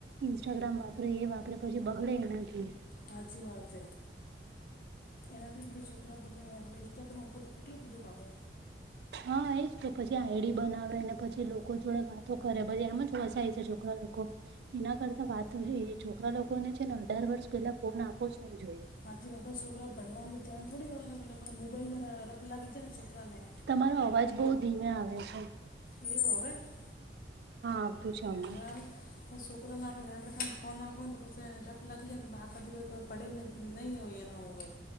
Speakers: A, on the right; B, on the left.
A: ઇન્સ્ટાગ્રામ વાપરે એ વાપરે પછી બગડે એનાથી.
B: હાચી વાત હૈ. એનાથી બધા છોકરા બગડે આપણે ઈન્સ્ટાગ્રામ ઉપર તો કેટલું બધું આવે.
A: હા એજ તો પછી આઈડી બનાવેને પછી લોકો જોડે વાતો કરે પછી એમ જ ફસાય છે છોકરા લોકો. એના કરતા વાત એ છોકરા લોકોને છે ને અઢાર વર્ષ પેલા ફોન આપો જ નહી જોઈએ.
B: હાચી વાત છોકરા ભણવામાં ધ્યાન થોડી હો મોબાઈલમાં લપ લાગી જાય ને છોકરા ને.
A: તમારો અવાજ બહુ ધીમે આવે છે.
B: એવુંવે. <unintelligible>
A: હા આવ તું છે. હમણાં
B: હવે આવે. છોકરોને આપણેને ફોન આપો ને તો પછને લત લાગી જાયને તો આખ દિવ પડે નહી હોયયા નવ વજ.